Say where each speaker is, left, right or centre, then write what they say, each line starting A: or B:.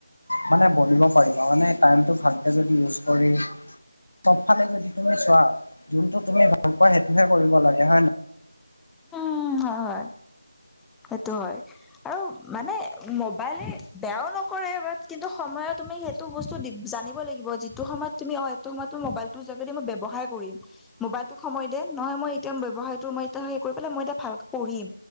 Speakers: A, on the left; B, in the centre.
A: মানে বনিব পাৰিবা, মানে টাইমটো ভালকে যদি ইউজ কৰি। চব ফালে যদি তুমি চোৱা, যোনটো তুমি ভাল পোৱা, সেইটো হে কৰিব লাগে হয় নে?
B: উমঁ, হয়ঁ হয়ঁ। সেইটো হয়। আৰু মানে মোবাইলে বেয়াও নকৰে বাট কিন্তু সময়ত তুমি সেইতো সেইটো বস্তু জানিব লাগিব, যিটো সময়ত তুমি অঁ সেইটো সময়ত মোবাইলটোৰ যোগেদি মই ব্যৱহাৰ কৰিম। মোবাইলটো সময় দে নহয়, মই এটিম ব্যৱসায়টো মই এতি হে কৰি পেলাই মই এ ভালকৈ পঢ়িম।